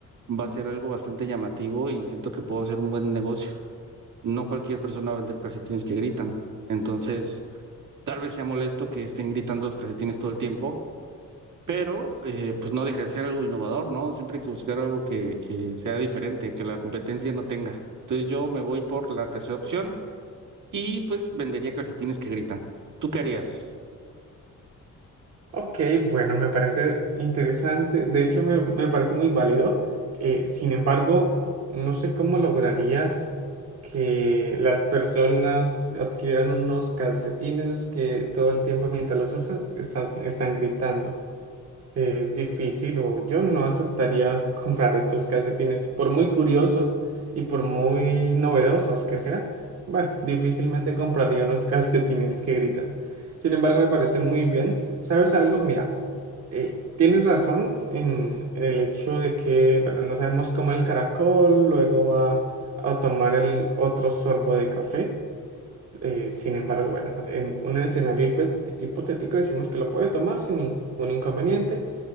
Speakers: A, on the right; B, on the right.
A: va a ser algo bastante llamativo y siento que puedo hacer un buen negocio. No cualquier persona va a vender calcetines que gritan. Entonces... Tal vez sea molesto que estén gritando los calcetines todo el tiempo, pero eh, pues no deja de ser algo innovador, ¿no? Siempre hay que buscar algo que, que sea diferente, que la competencia no tenga. Entonces yo me voy por la tercera opción y pues vendería calcetines que gritan. ¿Tú qué harías?
B: Ok, bueno, me parece interesante. De hecho, me, me parece muy válido. Eh, sin embargo, no sé cómo lograrías que las personas adquieran unos calcetines que todo el tiempo mientras los usas estás- están gritando. Es difícil o yo no aceptaría <laughs> comprar estos calcetines, por muy curiosos y por muy novedosos que sean. Bueno, difícilmente compraría unos <laughs> calcetines que gritan. Sin embargo, me parece muy bien. ¿Sabes algo? Mira, eh, tienes razón en, en el hecho de que, bueno, no sabemos cómo el caracol, luego va a tomar el otro sorbo de café. Eh, sin embargo, bueno, en un escenario hipet- hipotético decimos que lo puede tomar sin ningún inconveniente.